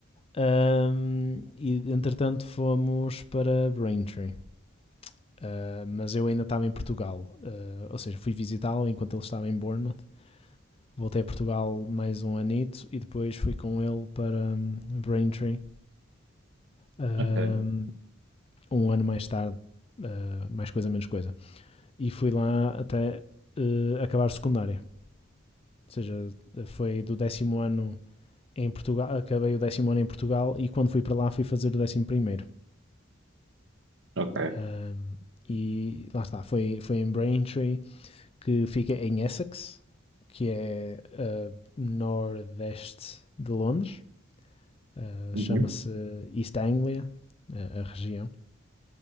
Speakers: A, on the left (about 30°); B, on the right (about 65°).
A: Ahm, e entretanto fomos para Braintree, Ah, mas eu ainda estava em Portugal, Ah, ou seja, fui visitá-lo enquanto ele estava em Bournemouth. Voltei a Portugal mais um anito e depois fui com ele para hum, Braintree. Ahm,
B: ok,
A: um ano mais tarde, eh, mais coisa, menos coisa. E fui lá até eh, acabar secundária. Ou seja, foi do décimo ano em Portugal, acabei o décimo ano em Portugal e quando fui para lá fui fazer o décimo primeiro.
B: ok.
A: Ahm, e lá está, foi, foi em Braintree, que fica em Essex, que é ah, nordeste de Londres. Ah,
B: Uhum.
A: Chama-se East Anglia, a, a região.